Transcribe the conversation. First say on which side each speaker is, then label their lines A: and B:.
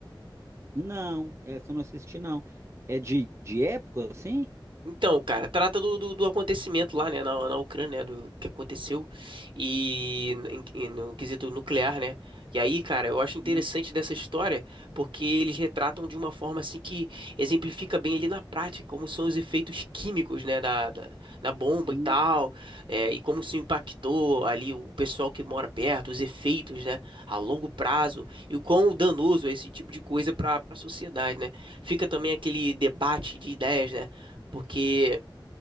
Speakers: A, on the right; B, on the right.
A: Não, essa eu não assisti não. É de de época assim?
B: Então, cara, trata do, do, do acontecimento lá, né, na, na Ucrânia, né, do que aconteceu e, em- em- no quesito nuclear, né? E aí, cara, eu acho interessante
A: Hum,
B: dessa história porque eles retratam de uma forma assim que exemplifica bem ali na prática como são os efeitos químicos, né, da, da, da bomba
A: hum,
B: e tal, é, e como isso impactou ali o pessoal que mora perto, os efeitos, né, a longo prazo e o quão danoso é esse tipo de coisa para a sociedade, né? Fica também aquele debate de ideias, né? porque